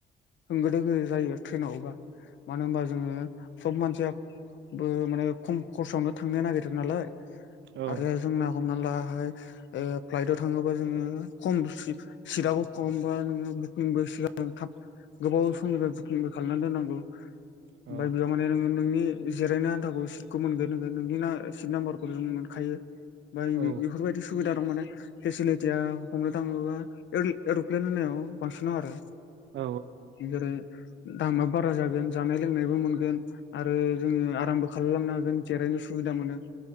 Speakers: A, on the left; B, on the right.
A: होंगो दोंगो जायो थ्रेनावबा मानो होनबा जोङो सब मानसियाबो माने खम खरसावनो थांनो नागिरो नालाय।
B: औ
A: आरो जोंना हमना लाहाय ओ फ्लाइटआव थाङोबा जोङो खम <unintelligible> सिटाबो खम बा नोङो बुकिंबो सिगां थाब गोबाव समनिफ्राय बुकिंबो खालामनानै दोननांगौ ओमफ्राय
B: औ
A: बेयाव माने नोङो नोंनि जिरायनो आनथाखौ सितखौ मोनगोन नोङो नोंनि ना सित नाम्बारखौ जों मोनखायो। बाय
B: औ
A: बेफोरबायदि सुबिदा दं माने फेसिलिटिया हमनो थाङोबा एर'-एर'प्लेन होनायाव बांसिन नाङो आरो
B: औ
A: जेरै दामा बारा जागोन जानाय लोंनायबो मोनगोन आरो जोङो आरामबो खालामलांनो हागोन जिरायनो सुबिदा मोनो